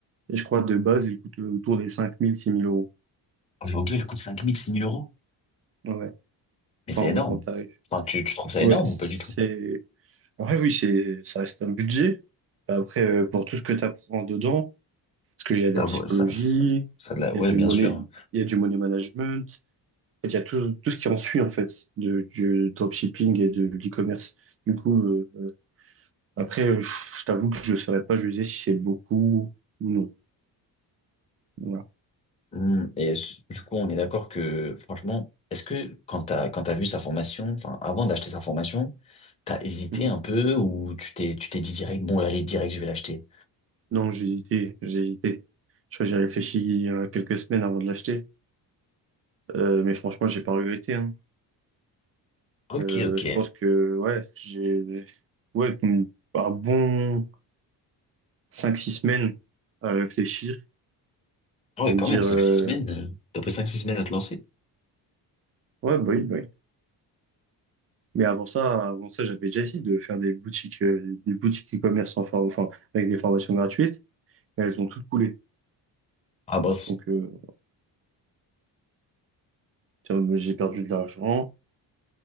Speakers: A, on the right; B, on the left.
A: Et je crois de base, il coûte autour des 5000, 6000 euros.
B: Aujourd'hui, elle coûte cinq mille six mille euros.
A: Ouais,
B: Mais c'est
A: enfin
B: énorme.
A: ouais, en tarif.
B: Enfin, tu, tu trouves ça
A: Ouais,
B: énorme
A: c'est...
B: ou pas du tout?
A: Ouais, oui, c'est ça reste un budget. Après, euh, pour tout ce que tu apprends dedans, Parce qu'il y a de
B: Ça,
A: la psychologie,
B: vaut- ça, ça, ça, de la-
A: il
B: ouais,
A: y a du
B: bien
A: money,
B: sûr.
A: il y a du money management. En fait, il y a tout, tout ce qui en suit, en fait, de, du dropshipping et de l'e-commerce. Du coup, euh, euh, après, euh, je t'avoue que je ne saurais pas juger si c'est beaucoup ou non. Voilà.
B: Hmm, Et s- du coup, on est d'accord que, franchement, est-ce que quand t'as, quand t'as vu sa formation, enfin, avant d'acheter sa formation, t'as hésité
A: Mhm.
B: un peu ou tu t'es, tu t'es dit direct, bon, allez, direct, je vais l'acheter.
A: Non, j'ai hésité, j'ai hésité. Je crois que j'ai réfléchi il y a quelques semaines avant de l'acheter. Euh, mais franchement, j'ai pas regretté, hein.
B: Ok,
A: Euh,
B: ok.
A: je pense que, ouais, j'ai, ouais, un bon cinq six semaines à réfléchir,
B: Ah Ouais,
A: à me
B: quand
A: dire,
B: même, cinq
A: euh,
B: six semaines. euh, T'as pris 5-6 semaines à te lancer.
A: Ouais, bah oui, bah oui. Mais avant ça, avant ça, j'avais déjà essayé de faire des boutiques, euh, des boutiques e-commerce sans for- enfin, avec des formations gratuites, mais elles ont toutes coulé.
B: Ah, mince.
A: Donc, euh, tiens, mais j'ai perdu de l'argent,